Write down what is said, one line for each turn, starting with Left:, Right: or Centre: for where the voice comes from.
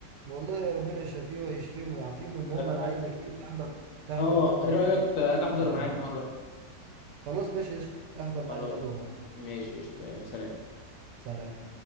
Right: والله يا ربنا يشفيه ويشفيهم ويعافيهم المهم
Left: طب
Right: انا عايزك ايه تحضر تحضر
Left: اه
Right: برضو
Left: ايه
Right: معانا
Left: رايك
Right: ايه
Left: اجي احضر
Right: ندوة
Left: معاك مره
Right: خلاص ماشي قشطة احضر معايا
Left: خلاص
Right: الندوة مرة
Left: ماشي قشطه يلا سلام
Right: سلام